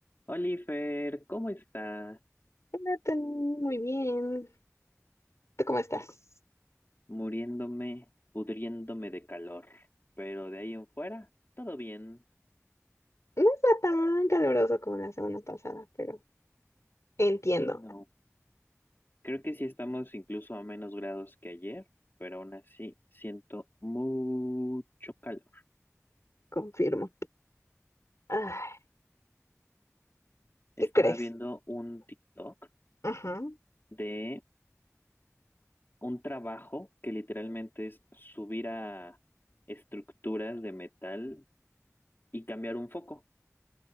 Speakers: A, on the left; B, on the left.
A: Oliver, ¿cómo está?
B: Nathan, muy bien. ¿Tú cómo estás?
A: Muriéndome, pudriéndome de calor, pero de ahí en fuera, todo bien.
B: No está tan caluroso como la semana pasada, pero entiendo,
A: Sí, no. Creo que sí estamos incluso a menos grados que ayer, pero aún así siento mucho calor.
B: confirmo. Ay, ¿qué
A: Estaba
B: crees?
A: viendo un TikTok
B: Ujú.
A: de un trabajo que literalmente es subir a estructuras de metal y cambiar un foco,